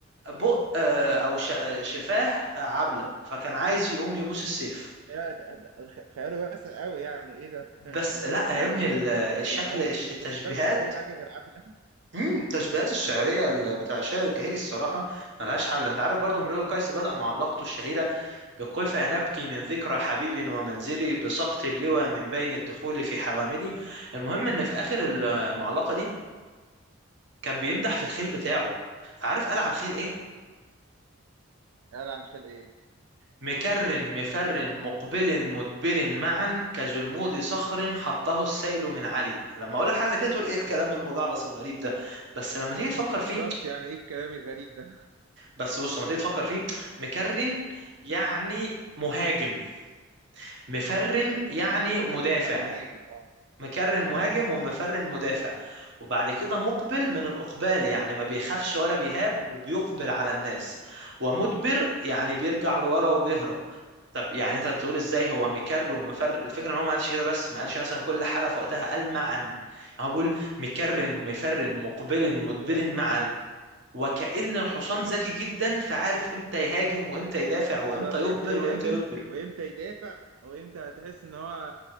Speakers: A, on the right; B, on the right.
A: بق آه، او ش- آه، شفاه آه، عبلة فكان عايز يقوم يبوس السيف
B: يا ده- ده- خ- خياله واسع قوي يعني ايه ده <laughs>
A: بس
B: مش م-
A: لا
B: يعني
A: يا ابني
B: مش
A: ال-
B: ممكن
A: الشكل
B: يعني هو
A: التشبيهات
B: ما بيفكرش في اي حاجة غير عبلة
A: امم التشبيهات الشعريه ال- بتاع الشعر الجاهلي الصراحه ملهاش حل انت عارف برضو امرؤ قيس بدا معلقته الشهيره بقف نبكي من ذكرى حبيب ومنزلي بسقط اللوى من بين الدخول في حواملي المهم ان في اخر المعلقه دي كان بيمدح في الخيل بتاعه فعارف قال على الخيل ايه
B: قال عن خلق ايه
A: مكر مفر مقبل مدبر معا كجلمود صخر حطه السيل من علي لما اقولها حاجه كده تقول ايه الكلام المجعلص الغريب ده بس لما تيجي تفكر
B: بالظبط
A: فيه
B: يعني ايه الكلام الغريب ده
A: بس بص لما تيجي تفكر فيه مكرن يعني مهاجم مفرن يعني
B: <laughs>
A: مدافع
B: كرن يعني مهاجم اه
A: مكرن
B: اه
A: مهاجم ومفرن مدافع وبعد كده مقبل من الإقبال يعني ما بيخافش ولا بيهاب وبيقبل على الناس ومدبر يعني بيرجع لورا وبيهرب طب يعني انت تقول ازاي هو مكر ومفر الفكره ان هو ما قالش كده بس ما قالش مثلا كل حاله في وقتها قال معا يعني هو بيقول مكرن مفرن مقبل مدبر
B: فهمتك
A: معا
B: ايوه
A: وكأن الحصان
B: اه
A: ذكي جدا فعارف امتى يهاجم وامتى يدافع وامتى
B: بالظبط
A: يقبل
B: امتى يهاجم
A: وامتى يدبر
B: وامتى يدافع وامتى هتحس ان هو